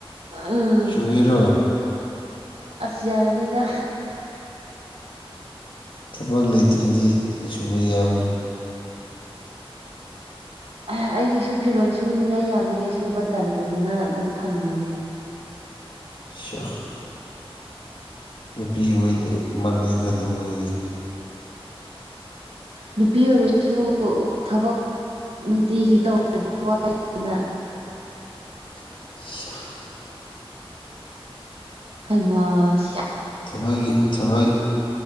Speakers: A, on the right (about 80°); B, on the left (about 55°).
A: ꯑ
B: ꯁꯨꯨꯔꯔꯣ
A: ꯑ ꯌꯥꯔ ꯑꯅꯤꯗ
B: ꯊꯕꯛ ꯂꯩꯇ꯭ꯔꯗꯤ ꯁꯨꯕ ꯌꯥꯕꯅꯤ
A: ꯑꯩꯒꯤꯁꯨ ꯐꯤꯔꯣꯜ ꯁꯨꯅꯤꯡꯉꯥꯏ ꯌꯥꯝꯃꯦ ꯁꯁꯨ ꯕ ꯇꯟꯗꯗꯅ ꯑꯗꯨꯝ ꯊꯝꯃꯤꯅꯦ
B: ꯁꯍ ꯅꯨꯄꯤ ꯑꯣꯏ ꯃꯟꯗꯩꯗ ꯑꯗꯨ ꯑꯣꯏꯔꯗꯤ
A: ꯅꯨꯄꯤ ꯑꯣꯏꯔꯁꯨ ꯊꯕꯛ ꯅꯨꯡꯇꯤꯒꯤ ꯇꯧꯕꯔꯗꯤ ꯋꯥꯏꯗꯅ
B: <inaudible>
A: ꯍꯩꯃꯁ
B: ꯊꯕꯛꯒꯤ ꯊꯕꯛ